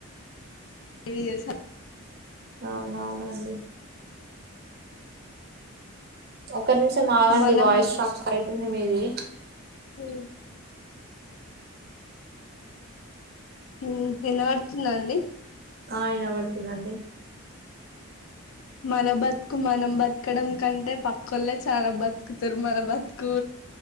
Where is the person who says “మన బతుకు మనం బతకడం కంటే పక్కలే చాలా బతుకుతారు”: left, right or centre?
Left